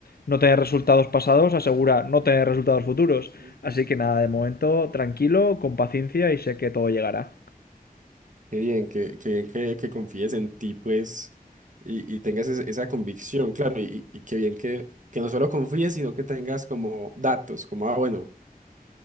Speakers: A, on the left; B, on the right.
A: no tener resultados pasados asegura no tener resultados futuros.
B: Ujú.
A: Así que nada, de momento tranquilo, con paciencia y sé que todo llegará.
B: qué bien, qué, qué bien que, que confíes en ti, pues, y, y tengas es- esa convicción, claro, y, y qué bien que, que no solo confíes, sino que tengas como datos, como, ah, bueno.